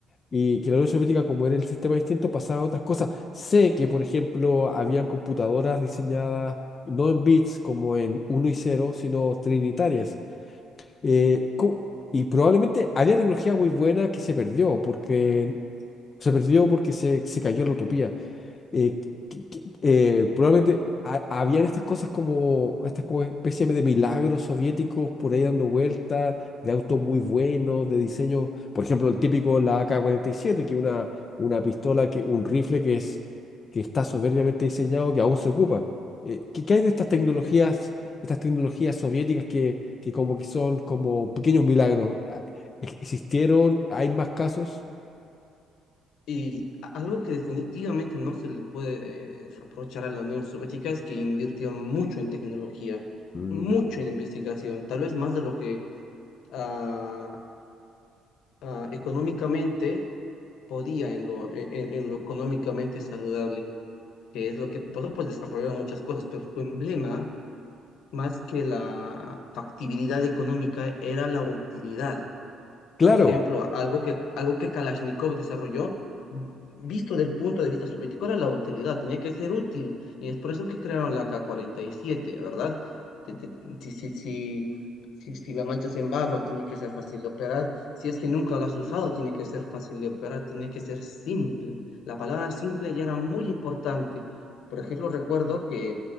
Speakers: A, on the left; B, on the left.
A: Y que la Unión Soviética, como era el sistema distinto, pasaba a otras cosas. Sé que, por ejemplo, habían computadoras diseñadas no en bits como en uno y cero sino trinitarias eh, cu- y probablemente había tecnología muy buena que se perdió porque se perdió porque se, se cayó la utopía eh, que- que- eh, probablemente ha- habían estas cosas como, estas como especie de milagros soviéticos por ahí dando vueltas, de autos muy buenos, de diseño, por ejemplo, el típico, la ak siete que es una, una pistola, que, un rifle que es, que está soberbiamente diseñado, que aún se ocupa. Eh, ¿qué, qué hay de estas tecnologías,
B: Ec- ec-
A: estas tecnologías soviéticas que, que como que son como pequeños milagros? Ah, ¿ex- ¿Existieron? ¿Hay más casos?
B: Y a- algo que definitivamente no se le puede eh, reprochar a la Unión Soviética es que invirtió mucho en tecnología,
A: Mm.
B: mucho en investigación, tal vez más de lo que... ah, ah, económicamente podía en lo, en, en lo económicamente saludable, que es lo que pasó, pues desarrollaron muchas cosas, pero su emblema, más que la factibilidad económica, era la utilidad. Por
A: Claro,
B: ejemplo, algo que, algo que Kalashnikov desarrolló, visto del punto de vista soviético, era la utilidad, tenía que ser útil. Y es por eso que crearon la K-47, ¿verdad? Te- te- Si, si, si, si, si la manchas en barro, tiene que ser fácil de operar. Si es que nunca la has usado, tiene que ser fácil de operar, tiene que ser simple. La palabra simple ya era muy importante. Por ejemplo, recuerdo que